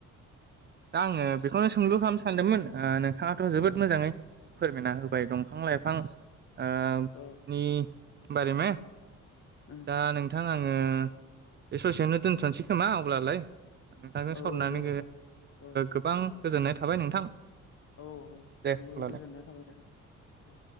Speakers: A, on the right (about 35°); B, on the left (about 50°).
A: दा आङो बेखौनो सोंलु खालामनो सानदोंमोन ओ नों थाङाथ जोबोद
B: औ
A: मोजाङै फोरमायना होबाय दंफां लाइ
B: औ
A: <inaudible>
B: उम
A: दा नोंथां आङो बे ससेयावनो दोनथ'नोसै खोमा अब्लालाय नोंथांजों
B: औ
A: सावरायनानै
B: दे अब्ला औ
A: गोबां गोजोननाय थाबाय नोंथां
B: औ औ
A: दे
B: आंबो
A: अब्लालाय
B: गोजोननाय थाबायदे औ